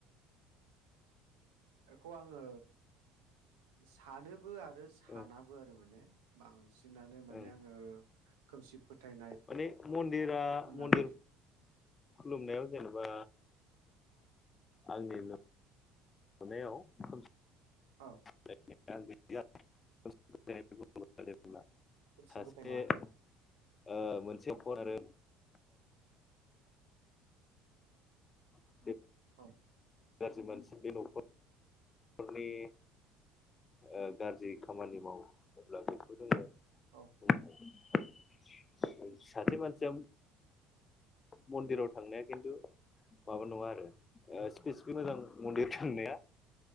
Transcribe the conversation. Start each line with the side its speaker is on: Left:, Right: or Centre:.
Right: एखौ आङो सानोबो आर रो सानाबो
Left: ओं
Right: आरो माने बां सिनानो माने
Left: ओं
Right: आङो खोमसि फोथायनाय
Left: माने मन्दिरा
Right: होननानै
Left: मन्दिर खुलुमनायाव जेनेबा आंनिनो नुनायाव खोमसि
Right: औ
Left: <unintelligible> <unintelligible>
Right: खोमसि
Left: सासे
Right: फोथायना
Left: ओ मोनसे
Right: औ
Left: पद आरो <unintelligible>
Right: औ
Left: गाज्रि मानसि बे <unintelligible> ओ गाज्रि खामानि मावो अब्ला बेखौ जोङो
Right: औ
Left: लांदां सासे मानसिया मन्दिराव थांनाया खिन्थु माबा नङा आरो स्पेसिफिक मोजां मन्दिर थांनाया